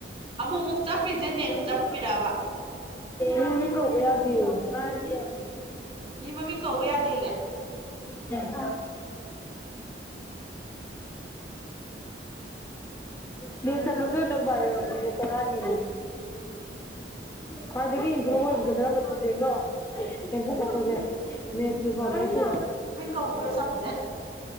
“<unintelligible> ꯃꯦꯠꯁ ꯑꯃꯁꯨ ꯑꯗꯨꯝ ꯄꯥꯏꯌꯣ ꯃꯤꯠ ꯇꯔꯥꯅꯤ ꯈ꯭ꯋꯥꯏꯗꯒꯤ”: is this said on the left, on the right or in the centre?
Left